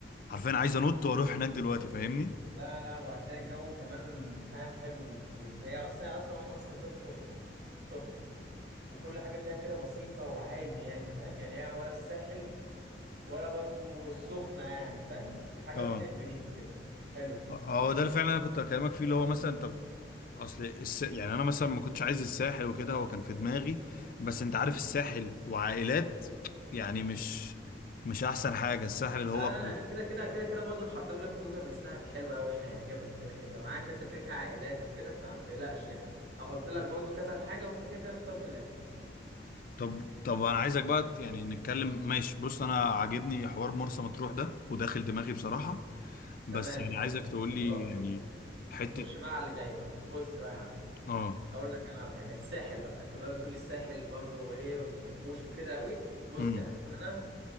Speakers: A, on the left; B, on the right.
A: حرفيا عايز انط واروح هناك دلوقتي فاهمني
B: لا لا وهتلاقي الجو كمان فاهم حلو واللي هي اصلا اصلا اصلا مطروح دي تحفه تحفه وكل حاجه فيها كده بسيطه وعادي يعني فاهم يعني هي ولا الساحل ولا برضو السخنه يعني فاهم حاجه
A: اه
B: بين البنين كده حلوه
A: اه ده اللي فعلا انا كنت بكلمك فيه اللي هو مثلا طب اصل الس... يعني انا مثلا ما كنتش عايز الساحل وكده هو كان في دماغي بس انت عارف الساحل وعائلات يعني مش مش احسن حاجة الساحل اللي
B: لا
A: هو
B: لا انا كده كده كده كده برضه محضر لك فوجة من الساحل حلوه قوي يعني هيعجبك كده كده وانا عارف انت كده كده عائلات وكده فما تقلقش يعني هحط لك برضه كذا حاجه وانت كده كده اختار في الاخر
A: طب طب انا عايزك بقى ت- يعني نتكلم ماشي بص انا عاجبني حوار مرسى مطروح ده وداخل دماغي بصراحة بس
B: تمام
A: يعني
B: حلو
A: عايزك تقول لي
B: خلاص
A: يعني حتة
B: نخش بقى على اللي جايه بقى بص بقى يا عم
A: اه
B: اقول لك انا على حاجه الساحل بقى انت بقى بتقول لي الساحل برضه ايه ما بتحبوش وكده قوي بص
A: امم
B: يا عم انا